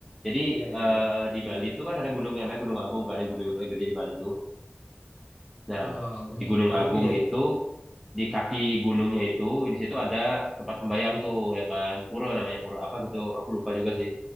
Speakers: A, in the centre; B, on the left (about 40°).
A: Jadi
B: Iya iya
A: eh,
B: iya.
A: di Bali itu kan ada gunung yang namanya Gunung Agung kali gunung yang paling gede di Bali itu. Nah
B: Oh, Gunung
A: di Gunung
B: Agung. Iya,
A: Agung
B: Oke.
A: itu di kaki gunungnya itu di situ ada tempat sembayang tuh ya kan pura namanya pura apa gitu aku lupa juga sih.